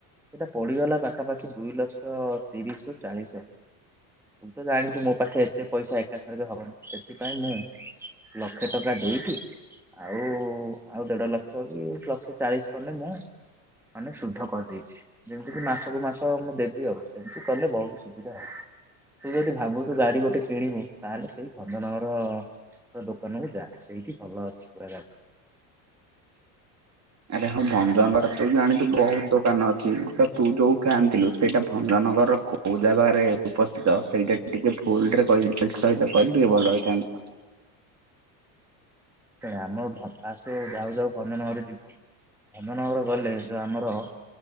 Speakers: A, in the centre; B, on the right (about 35°).
A: ସେଇଟା ପଡିଗଲା ପାଖାପାଖି ଦୁଇ ଲକ୍ଷ ତିରିଶି ରୁ ଚାଳିଶି ହ ତୁ ତ ଜାଣିଚୁ ମୋ ପାଖରେ ଏତେ ପଇସା ଏକାଥରକେ ହବନି। ସେଥିପାଇଁ ମୁଁ ଲକ୍ଷେ ଟଙ୍କା ଦେଇକି ଆଉ, ଆଉ ଦେଢ ଲକ୍ଷ କି ଲକ୍ଷ ଚାଳିଶି ଖଣ୍ଡେ ମୁଁ ମାନେ ସୁଧ କରିଦେଇଚି। ଯେମିତି କି ମାସକୁୁ ମାସ ମୁଁ ଦେବି ଆଉ। ସେମିତି କଲେ ବହୁତ୍ ସୁବିଧା ଆଉ। ତୁ ଯଦି ଭାବୁଚୁ ଗାଡି ଗୋଟେ କିଣିବୁ ତାହେଲେ ସେଇ ଭଞ୍ଜନଗର ଦୋକାନ କୁ ଯାଆ। ସେଇଟି ଭଲ ଅଛି ପୁରା ଗାଡି।
B: ଆରେ ହଁ ଭଞ୍ଜନଗର ରେ ତୁ ଜାଣିଚୁ ବହୁତ୍ ଦୋକାନ ଅଛି। ତ ତୁ ଯୋଉଠୁ ଆଣିଥିଲୁ ସେଇଟା ଭଞ୍ଜନଗର ର କୋଉ ଜାଗାରେ ଉପସ୍ଥିତ ସେଇଟା ଟିକେ ଫୁଲ୍ ରେ <unintelligible> କହିଲେ ଟିକେ ଭଲ ହେଇଥାନ୍ତା।
A: ଆମର ଫାଷ୍ଟ ରୁ ଯାଉ ଯାଉ ଭଞ୍ଜନଗର ଯିବୁ। ଭଞ୍ଜନଗର ଗଲେ ଯୋଉ ଆମର